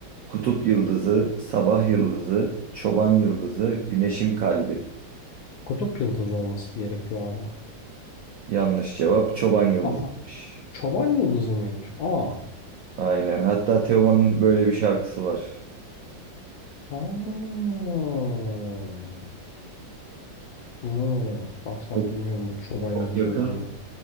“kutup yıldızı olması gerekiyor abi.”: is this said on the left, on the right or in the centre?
Left